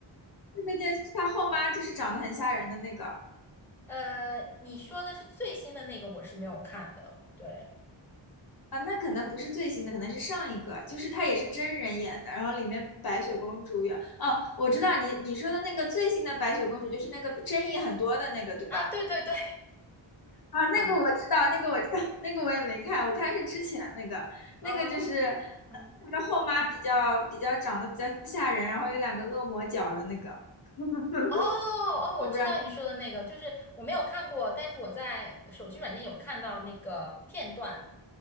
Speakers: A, on the left (about 50°); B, in the centre.
A: 对对对，就是她后妈，就是长得很吓人的那个。
B: 呃，你说的是最新的那个，我是没有看的。对
A: 啊，那可能不是最新的，可能是上一个，就是它也是真人演的，然后里面白雪公主有，哦，我知道你你说的那个最新的白雪公主，就是那个争议很多的那个，对吧？
B: 啊，对对对，
A: 啊，
B: <laughs>
A: 那个我知道，
B: 啊
A: 那个我知道，那个我也没看，我看是之前那个，
B: 啊
A: 那个就是
B: 嗯。
A: 那个后妈比较比较长得比较吓人，然后有两个恶魔角的那个，<laughs>
B: 哦哦，
A: 我不知道，
B: 我知道你说的那个，就是我没有看过，但是我在手机软件有看到那个片段，